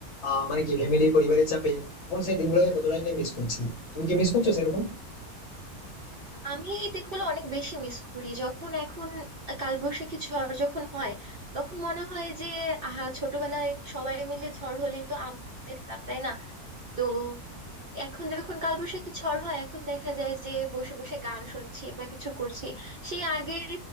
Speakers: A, on the left; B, on the right.
A: আহ, মানে কি ফ্যামিলি পরিবারের চাপে এখন সেই দিনগুলো কতটাই না মিস করছি তুমি কি মিস করছো সেরকম
B: আমি এই দিনগুলো অনেক বেশি মিস করি যখন এখন কালবৈশাখী ঝড় যখন হয় তখন মনে হয় যে আহা ছোটবেলায় সবাই মিলে ঝড় হলেই তো আম কুড়তে যেতাম তাই না তো এখন যখন কালবৈশাখী ঝড় হয় এখন দেখা যায় যে বসে বসে গান শুনছি বা কিছু করছি সেই আগের